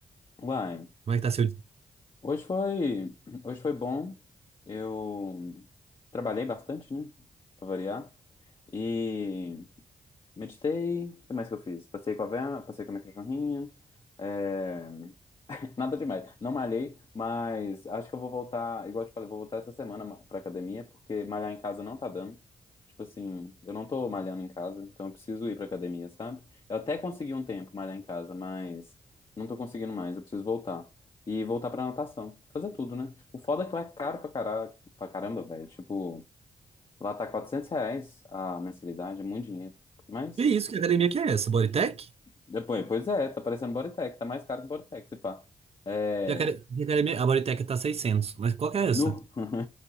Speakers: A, on the left (about 35°); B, on the right (about 45°).
A: Uai,
B: Como é que tá seu dia?
A: hoje foi, <clears throat> hoje foi bom. Eu trabalhei bastante, né? Pra variar. E meditei. O que mais que eu fiz? Passei com a Vera, passei com a minha cachorrinha. eh, Nada demais. Não malhei, mas acho que eu vou voltar, igual eu te falei, vou voltar essa semana ma- pra academia, porque malhar em casa não tá dando. Tipo assim, eu não tô malhando em casa, então eu preciso ir pra academia, sabe? Eu até consegui um tempo malhar em casa, mas não tô conseguindo mais, eu preciso voltar. E voltar pra natação. Fazer tudo, né? O foda é que lá é caro pra caralho, pra caramba, velho. Tipo, lá tá 400 reais a mensalidade, é muito dinheiro. Mas,
B: Que isso? Que academia que é essa? Bodytech?
A: depois, pois é, tá parecendo Bodytech, tá mais caro que Bodytech, se pá. É.
B: Que acad- que academia... A Bodytech tá seiscentos mas qual que é
A: Nu.
B: essa?
A: <laughs>